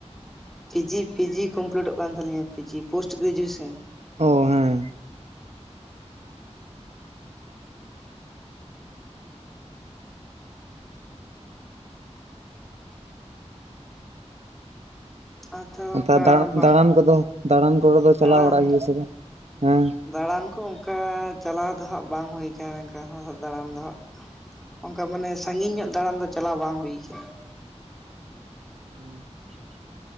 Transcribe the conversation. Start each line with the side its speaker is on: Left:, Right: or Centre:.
Centre: ᱯᱤᱡᱤ ᱯᱤᱡᱤ ᱠᱚᱢᱯᱞᱤᱴᱚᱜ ᱠᱟᱱ ᱛᱟᱹᱞᱤᱧᱟ ᱯᱤᱡᱤ ᱯᱳᱥᱴ ᱜᱨᱮᱡᱩᱭᱮᱥᱮᱱ
Right: ᱚ ᱦᱮᱸ
Centre: ᱟᱫᱚ ᱚᱱᱠᱟ
Right: ᱱ
Centre: ᱵᱟ
Right: ᱫᱟᱬᱟᱱ ᱠᱚᱫᱚ ᱫᱟᱬᱟᱱ ᱠᱚᱨᱮ ᱫᱚ
Centre: ᱫᱟᱬᱟᱱ
Right: ᱪᱟᱞᱟᱣ ᱵᱟᱲᱟᱜ ᱦᱩᱭᱩᱜᱼᱟ ᱥᱮ ᱵᱟᱝ ᱦᱮᱸ
Centre: ᱫᱟᱬᱟᱱ ᱠᱚ ᱚᱱᱠᱟ ᱪᱟᱞᱟᱣ ᱫᱚ ᱦᱟᱸᱜ ᱵᱟᱝ ᱦᱩᱭᱠ ᱮᱱᱠᱟ ᱦᱚᱸ ᱫᱟᱬᱟᱱ ᱫᱚ ᱦᱟᱸᱜ ᱾ ᱚᱱᱠᱟ ᱢᱟᱱᱮ ᱥᱟᱺᱜᱤᱧ ᱧᱚᱜ ᱫᱟᱬᱟᱱ ᱫᱚ ᱪᱟᱞᱟᱣ ᱵᱟᱝ ᱦᱩᱭ ᱠᱟᱱᱟ ᱾
Right: ᱦᱩᱸ <inaudible>